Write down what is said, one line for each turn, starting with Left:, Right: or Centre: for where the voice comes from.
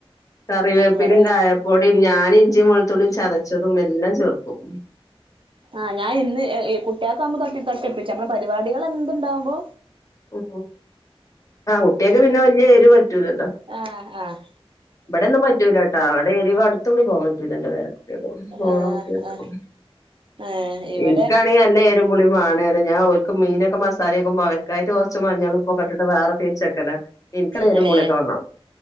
Left: കറിവേപ്പിലും
Right: ഇവിടെ
Left: കായപ്പൊടും ഞാനും ഇഞ്ചി മു ത്തളിയും ചതച്ചതും എല്ലാം ചേർക്കും
Right: ആഹ് ഞാൻ ഇന് കുട്ടിയാൊവുമ്പോ തൊട്ടി തട്ടൽപ്പിച്ചു നമ്മുടെ പരിപാടികൾ എന്തുണ്ടാവകുമ്പോ
Left: ഉ ആ കുട്ടിയക്ക് പിന്നെ വലിയ എരു പറ്റൂല
Right: ആഹ് ആഹ്
Left: ഇവിടെയ ഒന്നും പറ്റൂല കേട്ടാ അവിടെ എരിവ അടുത്ത കൂടി പോവാൻ പറ്റൂല എന്റെ പേരക്കുട്ടികൾ കൊന്നും മോളെ
Right: ആ
Left: കുട്ടികൾക്ക്
Right: ആ ഏ ഇവിടെ
Left: എനിക്കാണെങ്കി നല്ല എരുമ്പുളിയുംമാണം ഞാൻ മീനൊക്കെ മസാലയൊക്കെ വക്കായിട്ട് കുറച്ച് മഞ്ഞൾ ഉപ്പൊക്കെട്ടിട്ട് വേറെ തേച്ചെക്കല. എനിക്ക് നല്ല എരിവും
Right: പിന്നെ
Left: പുളി ഒക്കെ വേണം